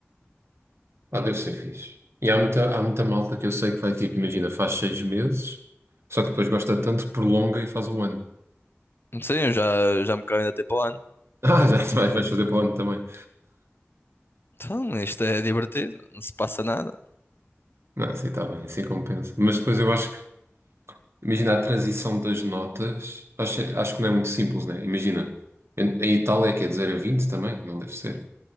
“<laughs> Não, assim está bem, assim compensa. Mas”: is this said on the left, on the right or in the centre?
Right